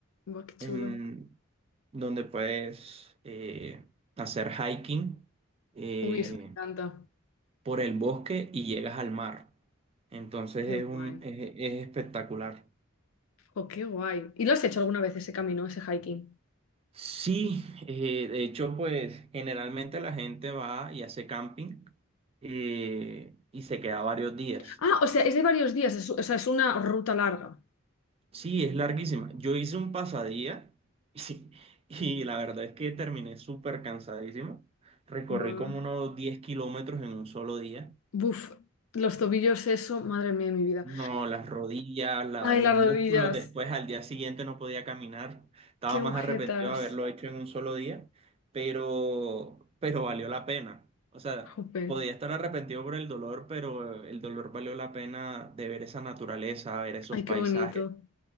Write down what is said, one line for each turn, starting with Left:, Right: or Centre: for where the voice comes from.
Left: buah, qué chulo.
Right: en donde puedes eh, hacer hiking. eh,
Left: Uy, eso me encanta.
Right: por el bosque y llegas al mar. Entonces
Left: Qué
Right: es
Left: guay.
Right: un, es, es espectacular.
Left: Oh, qué guay. ¿Y lo has hecho alguna vez ese camino, ese hiking?
Right: Sí, eh, de hecho, pues generalmente la gente va y hace camping eh, y se queda varios días.
Left: Ah, o sea, es de varios días, es- o sea, es una ruta larga.
Right: Sí, es larguísima. Yo hice un pasadía <laughs> y, y la verdad es que terminé súper cansadísimo. Recorrí
Left: Buah.
Right: como unos 10 kilómetros en un solo día.
Left: Buf, los tobillos, eso, madre mía de mi vida.
Right: No, las rodillas, la-
Left: Ay,
Right: los
Left: las rodillas,
Right: músculos, después al día siguiente no podía caminar, estaba
Left: qué agujetas.
Right: más arrepentido de haberlo hecho en un solo día, pero, pero valió la pena. O sea,
Left: Jope,
Right: podía estar arrepentido por el dolor, pero el dolor valió la pena de ver esa naturaleza, ver esos
Left: ay, qué
Right: paisajes.
Left: bonito.